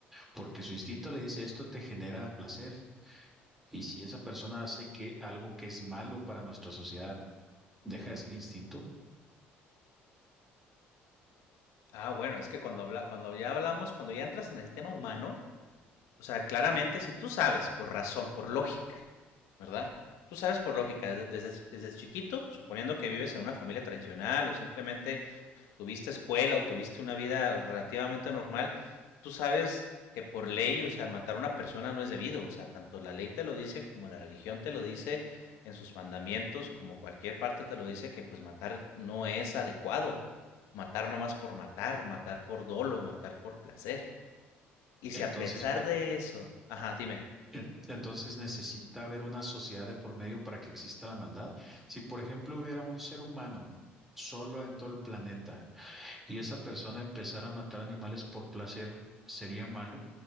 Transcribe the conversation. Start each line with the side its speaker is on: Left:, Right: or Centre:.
Centre: porque su instinto le dice esto te genera placer. Y si esa persona hace que algo que es malo para nuestra sociedad deja de ser instinto,
Left: Ah, bueno, es que cuando habla, cuando ya hablamos, cuando ya entras en el tema humano, o sea, claramente si tú sabes por razón, por lógica, ¿verdad? Tú sabes por lógica, desde, desde, desde chiquito, suponiendo que vives en una familia tradicional o simplemente tuviste escuela o tuviste una vida relativamente normal, tú sabes que por ley, o sea, matar a una persona no es debido, o sea, tanto la ley te lo dice como la religión te lo dice en sus mandamientos, como cualquier parte te lo dice que pues matar no es adecuado, matar nomás por matar, matar por dolo, matar por placer. Y
Centre: entonces,
Left: si a pesar
Centre: por,
Left: de eso, ajá, dime.
Centre: en- entonces necesita haber una sociedad de por medio para que exista la maldad. Si, por ejemplo, hubiera un ser humano solo en todo el planeta y esa persona empezara a matar animales por placer, ¿sería malo?